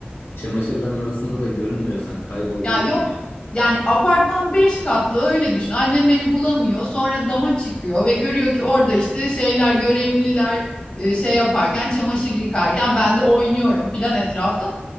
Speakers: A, on the left; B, on the left.
A: çamaşırların arasında da görünmüyorsan, kaybolduysan
B: Ya yok
A: yani.
B: yani apartman 5 katlı öyle düşün. Annem beni bulamıyor. Sonra dama çıkıyor ve görüyor ki orada işte şeyler görevliler e, şey yaparken çamaşır yıkarken ben de oynuyorum filan etrafta.